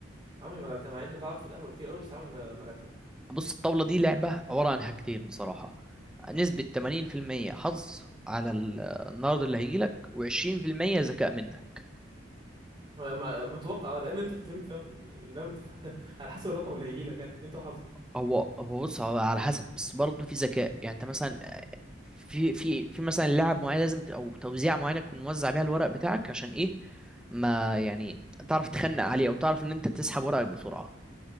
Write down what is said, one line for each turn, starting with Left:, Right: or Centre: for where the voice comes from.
Right: عمري ما لعبتها مع اني بقعد في القهوه كتير قوي بس عمري ما ما لعبتها
Centre: بص الطاولة دي لعبة عبارة عن حاجتين بصراحة نسبة 80% حظ على ال- النرد اللي هيجيلك و20% ذكاء منك
Right: ما ما- ما اتوقع آه، لان انت بتتم فاهم النبض ف... <laughs> على حسب الرقم اللي هيجي لك يعني انت وحظك
Centre: هو هو بص هو على حسب بس برضه في ذكاء يعني انت مثلا في في في مثلا لعب معين لازم ت- او توزيع معينة تكون موزع بيها الورق بتاعك عشان ايه ما يعني تعرف تخنق عليه او تعرف ان انت تسحب ورقك بسرعة